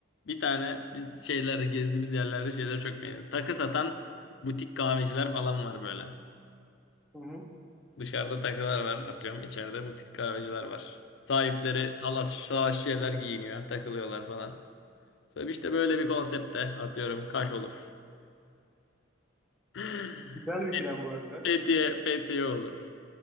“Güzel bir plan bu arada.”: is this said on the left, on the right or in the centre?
Centre